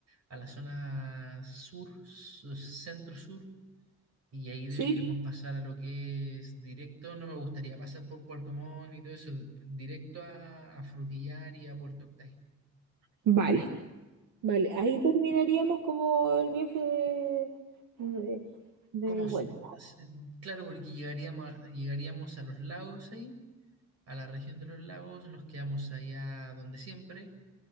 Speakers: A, on the right (about 55°); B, on the right (about 80°).
A: a la zona sur, su- centro-sur, y ahí
B: ¿Sí?
A: deberíamos pasar a lo que es directo. No me gustaría pasar por Puerto Montt y todo eso, directo a, a Frutillar y a Puerto Octay.
B: Vale. Vale, ahí terminaríamos como el viaje de, de, de
A: como s-
B: vuelta.
A: s- Claro, porque llegaríamos, a- llegaríamos a los lagos ahí. a la región de los lagos, nos quedamos allá donde siempre,